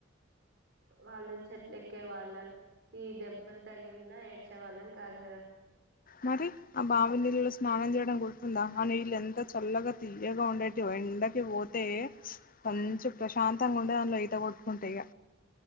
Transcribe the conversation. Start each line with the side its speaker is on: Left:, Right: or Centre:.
Right: వాళ్ల చెట్లెక్కే వాళ్ళం ఈ దెబ్బలు తగిలిన ఏడ్చేవాళ్ళం కాదు కదా
Left: మరి ఆ బావినీలలో స్నానం చేయడం. నం గుర్తుందా ఆ నీళ్లు ఎంత చల్లగా తీయగా ఉండేటివో ఎండకి పోతే మంచిగా ప్రశాంతంగా ఉండేది అందులో ఈత కొట్టుకుంటా ఇగ.